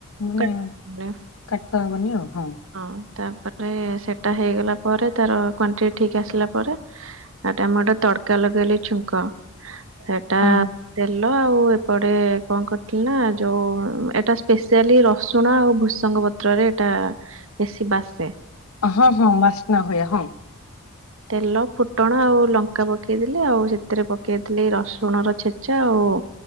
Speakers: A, on the left; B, on the right.
A: ମାନେ
B: କାଟିବନି
A: କାଠୁଆ ହବନି ଆଉ ହଁ।
B: ହଁ ତାପରେ। ଏ ସେଟା ହେଇଗଲା ପରେ ତାର କ୍ୱାଣ୍ଟିଟି ଠିକ୍ ଆସିଲା ପରେ ଆ ଏଟା ମୁଁ ଟେ ତଡ଼କା ଲଗେଇଲି ଛୁଙ୍କ। ସେଟା
A: ହଁ ହଁ
B: ତେ ତେଲ ଆଉ ଏପଟେ କଣ କରିଥିଲି ନା ଯୋଉ ଏଟା ସ୍ପେଶିଆଲି ରସୁଣ ଆଉ ଭୃସଙ୍ଗ ଓ ପତ୍ରରେ ଏଇଟା ବେଶୀ ବାସେ।
A: ହଁ ହଁ ବାସ୍ନା ହୁଏ ହଁ।
B: ତେଲ ଫୁଟଣ ଆଉ ଲଙ୍କା ପକେଇ ଦେଲି ଆଉ ସେଥିରେ ପକେଇଥିଲି ରସୁଣର ଛେଚା ଆଉ।